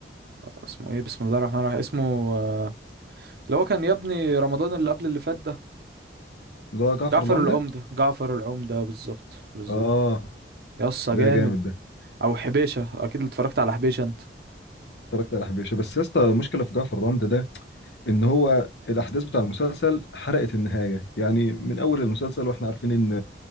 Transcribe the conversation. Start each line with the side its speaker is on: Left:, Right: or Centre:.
Right: اسمه ايه بسم الله الرحمن الرحيم اسمه آه، اللي هو كان يا ابني رمضان اللي قبل اللي فات ده
Left: اللي هو جعفر
Right: جعفر
Left: العمدة
Right: العمدة جعفر العمدة بالظبط بالظبط
Left: اه
Right: يسا
Left: ده
Right: جامد
Left: جامد ده
Right: او حبيشة اكيد اتفرجت على حبيشة انت
Left: اتفرجت على حبيشه بس يا اسطى المشكله في جعفر العمدة ده ان هو الاحداث بتاع المسلسل حرقت النهايه يعني من اول المسلسل واحنا عارفين ان